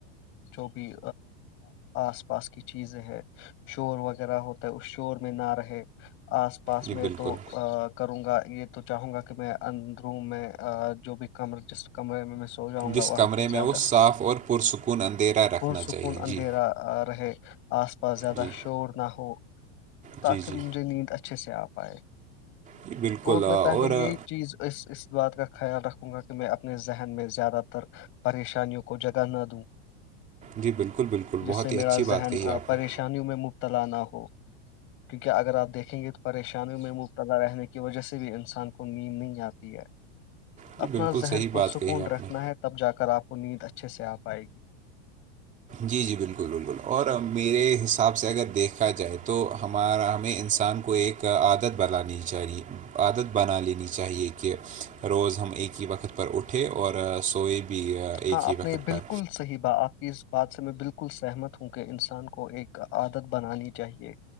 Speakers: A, on the left; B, on the right.
A: جو بھی آس پاس کی چیزیں ہے شور وغیرہ ہوتا ہے اس شور میں نہ رہے آس پاس
B: جی
A: میں
B: بالکل
A: تو کروں گا یہ تو چاہوں گا کہ میں اندروم میں جو بھی کمر جس کمرے میں ہو جاؤں گا
B: جس
A: وہاں
B: کمرے
A: پہ زیادہ
B: میں وہ صاف اور پرسکون اندھیرا رکھنا
A: پرسکون
B: چاہیے
A: اندھیرا
B: جی
A: رہے آس پاس زیادہ
B: جی
A: شور نہ ہو تاکہ
B: جی جی
A: مجھے نیند اچھ اچھے سے آ پائے
B: جی بالکل
A: اور میں
B: آ،
A: پہلے یہی
B: آ،
A: چیز اس اس بات کا خیال رکھوں گا کہ میں اپنے ذہن میں زیادہ تر پریشانیوں کو جگہ نہ دوں
B: جی بالکل بالکل بہت
A: جس سے میرا
B: ہی اچھی بات
A: ذہن
B: کہی آپ
A: پریش
B: نے
A: شانیوں میں مبتلا نہ ہو کیونکہ اگر آپ دیکھیں گے تو پریشانیوں میں مبتلا رہنے کے وجہ سے بھی انسان کو نیند نہیں آتی ہے
B: جی
A: اپنا
B: بالکل
A: ذہن
B: صحیح بات
A: پرسکون
B: کہی آپ
A: رکھنا
B: نے
A: ہے تب جا کر آپ کو نیند اچھے سے آ پائے گی
B: جی جی بالکل بالکل اور میرے حساب سے اگر دیکھا جائے تو ہمارا ہمیں انسان کو ایک کا عادت بنانی چاہے عادت بنا لینی چاہیے کہ روز ہم ایک ہی وقت پر اٹھے اور سوئے بھی ایک
A: ہاں آپ
B: ہی وقت
A: نے بالکل
B: پر
A: صحیح با آپ کی بات سے میں بالکل سہمت ہوں کہ انسان کو ایک عادت بنانی چاہیے